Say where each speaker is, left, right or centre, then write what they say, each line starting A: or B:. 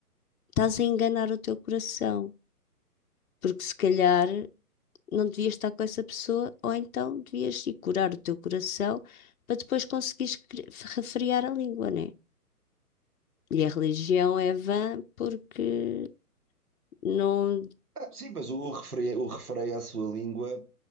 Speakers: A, on the left (about 60°); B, on the right (about 70°).
A: estás a enganar o teu coração, porque se calhar não devias estar com essa pessoa, ou então devias ir curar o teu coração para depois conseguires cre- refriar a língua, né? E a religião é vã porque não,
B: Ah, sim, mas o refreio, o refreio à sua língua